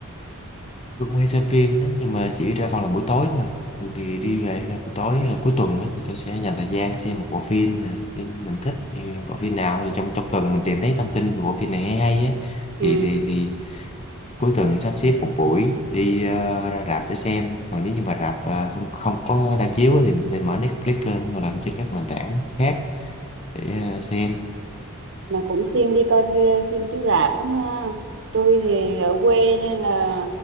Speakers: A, on the left; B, on the right.
A: tôi cũng hay xem phim đó nhưng mà chỉ ra phòng là buổi tối thôi thường thì đi về là buổi tối hay là cuối tuần đó, thì tôi sẽ dành thời gian xem một bộ phim nè phim mình thích thì bộ phim nào là trong trong tuần mình tìm thấy thông tin về bộ phim này hay hay ấy,
B: ừ.
A: thì thì thì cuối tuần sắp xếp một buổi đi ờ, ra rạp để xem còn nếu như mà rạp ờ, không không có đang chiếu á thì mình có thể mở Netflix lên hoặc là trên các nền tảng khác để ờ, xem
B: mà cũng siêng đi coi phim, phim chiếu rạp lắm ha tôi thì ở quê nên là